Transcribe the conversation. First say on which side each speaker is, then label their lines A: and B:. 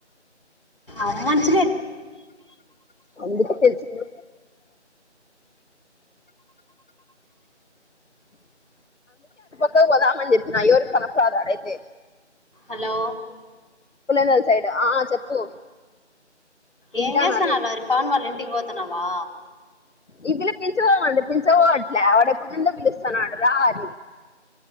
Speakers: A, on the left; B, on the left.
A: అవ్వను చ
B: అందుకే తెలిసిందే క్కదామ చెప్పిన న అయ్యోరు కనప అదు అయితే
A: హలో
B: పుల్లనల్ సైడ్ ఆ చెప్పు వింటానాలే
A: ఏం చేసనాాల వరి పవన్ వాలళంటి వకి పోతునావా
B: ఈ పిల్ల పిచకోవమండి పిచకో అట్లే వాడ ఎప్పుడుపలుస్తన్నా రాజ